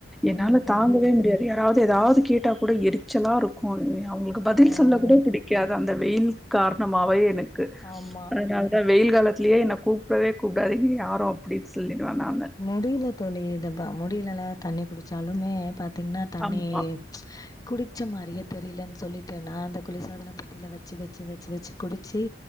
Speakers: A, in the centre; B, on the left.
A: என்னால
B: ம் ம்
A: தாங் கவே முடியாது யாராவது ஏதாவது கேட்டா கூட எரிச்சலாருக்கு <unintelligible> அவங்களுக்கு பதில்
B: ம்
A: சொல்ல கூட பிடிக்காது அந்த வெயில் காரணமாவே எனக்கு
B: ஆமா
A: அதனால அ வெயில் காலத்திலயே என்ன கூப்பிடவே கூப்டாதீங்க யாரு அப்டின்னு சொல்லிடுவே நானு
B: முடியல தோழி இதப முடியலல தண்ணி குடிச்சாலுமே பாத்திங்னா தண்ணி
A: ஆமா
B: ம்ச் குடிச்ச மாரியே தெரியலன்னு சொல்லிட்டு நா அந்த குளிர்சாதன பெட்டியில வச்சு வச்சு வச்சு வச்சு குடிச்சி